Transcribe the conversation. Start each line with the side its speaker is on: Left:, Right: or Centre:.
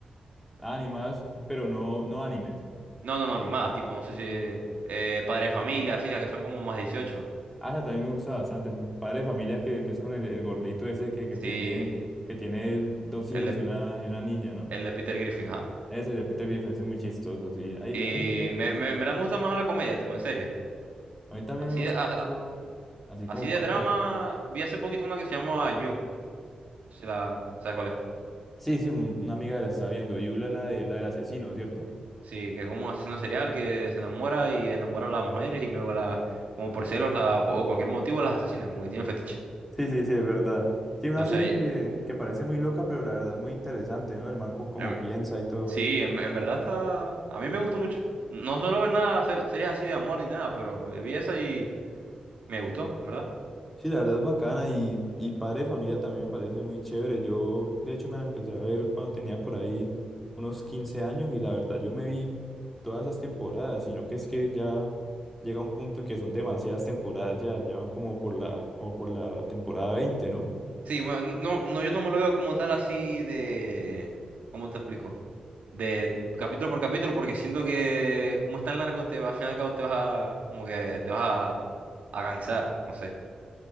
Centre: Animadas, pero no, no animes.
Right: No, no, no, animadas, tipo, no sé si eh, Padre de Familia, así, las que son como más dieciocho
Centre: Ah, esa también me gusta bastante. Padre de familia que, que es con el, el gordito ese que, que
Right: Sí,
Centre: tiene, que tiene dos
Right: El
Centre: hijos
Right: de,
Centre: y una, y una niña, ¿no?
Right: el de Peter Griffin, ajá.
Centre: Ese de Peter Griffin es muy chistoso, sí. Hay,
Right: Y
Centre: hay,
Right: me, me, me gusta más la comedia, tipo, en serie.
Centre: A mí también
Right: Así
Centre: me gusta
Right: de, a-
Centre: mucho,
Right: a-
Centre: así
Right: así
Centre: como
Right: de
Centre: padre
Right: drama,
Centre: de familia.
Right: vi hace poquito una que se llama You. Si la, ¿sabes cuál es?
Centre: Sí, sí, un- una amiga la está viendo, Yula, la de, la del asesino, ¿cierto?
Right: Sí, que es como un asesino serial que se enamora y enamora a las mujeres y luego la, como por celos la, o cualquier motivo las asesina, como que tiene fetiche.
Centre: Sí, sí, sí, es verdad. Sí, una
Right: Entonces
Centre: serie
Right: ahí,
Centre: que, que parece muy loca, pero la verdad es muy interesante, ¿no? El man co- como
Right: em,
Centre: piensa y todo.
Right: sí, en, en verdad está, a mí me gustó mucho. No suelo ver nada, ser- series así de amor ni nada, pero eh, vi esa y me gustó, ¿verdad?
Centre: Sí, la verdad es bacana y, y Padre de Familia también me parece muy chévere. Yo, de hecho, me la empecé a ver cuando tenía por ahí unos 15 años y la verdad yo me vi todas esas temporadas, sino que es que ya llega un punto en que son demasiadas temporadas, ya, ya van como por la, como por la temporada veinte ¿no?
Right: Sí, bueno, no, no, yo no me lo veo como tal así de... ¿Cómo te explico? De capítulo por capítulo, porque siento que como es tan largo, te, va- al final y al cabo te vas a... como que te vas a, a cansar, no sé.